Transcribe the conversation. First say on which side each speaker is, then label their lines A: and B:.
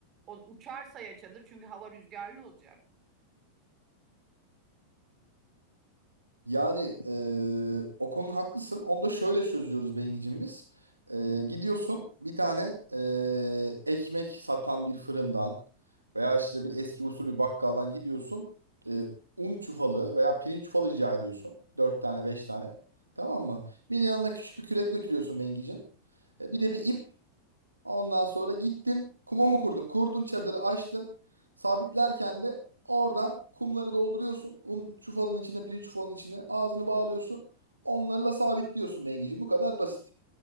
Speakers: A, on the right; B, on the right.
A: O uçarsa ya çadır çünkü hava rüzgarlı olacak.
B: Yani eee, o konuda haklısın. Onu da şöyle çözüyoruz Bengicim biz. Eee, gidiyorsun bir tane eee, ekmek satan bir fırından veya işte bir eski usul bir bakkaldan gidiyorsun. Eee, un çuvalı veya pirinç çuvalı rica ediyorsun. Dört tane beş tane. Tamam mı? Bir de yanına küçük bir kürek götürüyorsun Bengicim. E, bir de bir ip. Ondan sonra gittin kuma mı kurdun? Kurdun çadırı açtın. Sabitlerken de oradan kumları dolduruyorsun. Un çuvalının içine, pirinç çuvalının içine ağzını bağlıyorsun. Onlarla sabitliyorsun Bengiciğim. Bu kadar basit.